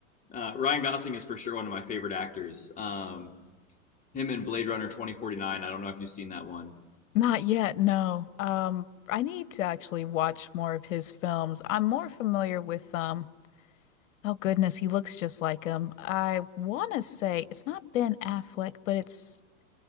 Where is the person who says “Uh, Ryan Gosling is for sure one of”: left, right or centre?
Left